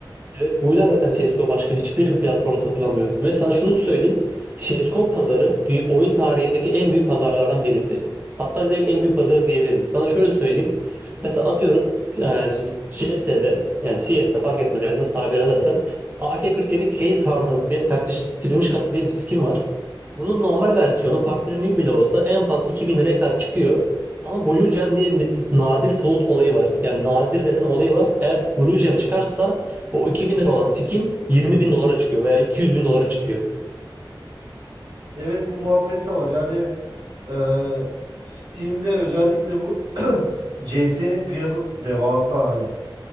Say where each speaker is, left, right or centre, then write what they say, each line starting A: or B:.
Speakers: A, on the right; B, on the right.
A: Evet, bu yüzden zaten CSGO başka hiçbir <laughs> platformda satılamıyor. Ve sana şunu söyleyeyim. CSGO pazarı dü- oyun tarihindeki en büyük pazarlardan birisi. Hatta direkt en büyük pazarı diyebilirim. Sana şöyle söyleyeyim. Mesela atıyorum e, CS'de yani CS'de fark etmez yani nasıl tabir edersen AK-47 Case Hardened diye sertleştirilmiş kasa diye bir skin var. Bunun normal versiyonu Factory New bile olsa en fazla 2000 liraya kadar çıkıyor. Ama Blue Gem diye bir nadir float olayı var. Yani nadir desen olayı var. Eğer Blue Gem çıkarsa o 2000 lira olan skin yirmi bin dolara çıkıyor veya iki yüz bin dolara çıkıyor.
B: Evet bu muhabbet de var. Yani eee, Steam'de özellikle bu <clears throat> CS'nin piyasası devasa hani